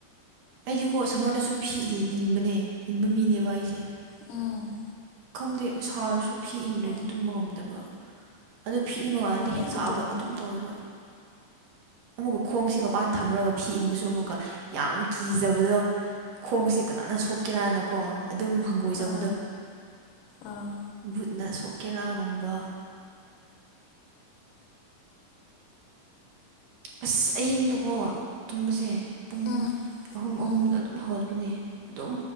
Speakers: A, on the right; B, on the left.
A: ꯑꯩꯗꯤꯀꯣ ꯁꯝꯃꯔꯗꯁꯨ ꯐꯤ ꯏꯟꯕꯅꯦ ꯏꯟꯕ ꯃꯤꯅꯦꯕ ꯑꯩꯁꯦ
B: ꯑꯝ
A: ꯈꯪꯗꯦ ꯁꯥꯔꯁꯨ ꯐꯤ ꯏꯟꯗ꯭ꯔꯗꯤ
B: ꯍꯣꯏ
A: ꯇꯨꯝꯕ ꯉꯝꯗꯕ ꯑꯗꯨ ꯐꯤ ꯏꯕ
B: ꯍꯣꯏ
A: ꯀꯥꯟꯗꯗꯤ
B: ꯍꯣꯏ ꯂꯩꯌꯦ
A: ꯍꯦꯟ ꯁꯥꯕ
B: ꯑꯗꯨꯒꯨꯝꯕ
A: ꯑꯗꯨꯝ ꯇꯧꯋꯦꯕ ꯑꯃꯨꯛꯀ ꯈꯣꯡꯁꯦ ꯃꯄꯥꯟ ꯊꯝꯃꯒ ꯐꯤ ꯏꯟꯕꯁꯨ ꯑꯃꯨꯛꯀ ꯌꯥꯝ ꯀꯤꯖꯕꯗꯣ ꯈꯣꯡꯁꯤ ꯀꯅꯥꯅ ꯁꯣꯛꯀꯦꯔꯅꯀꯣ ꯑꯗꯨꯝ ꯍꯪꯒꯣꯏꯖꯕꯗꯣ
B: ꯑꯥ ꯑꯥ
A: ꯕꯨꯠꯅ ꯁꯣꯛꯀꯦꯔꯥꯒꯨꯝꯕ ꯑꯁ ꯑꯍꯤꯡꯗꯀꯣ ꯇꯨꯝꯕꯁꯦ ꯄꯨꯡ
B: ꯎꯝ
A: ꯑꯍꯨꯝ
B: ꯎꯝ
A: ꯑꯍꯨꯝꯗ ꯑꯗꯨꯝ ꯍꯧꯒꯠ ꯅꯦ ꯑꯗꯨꯝ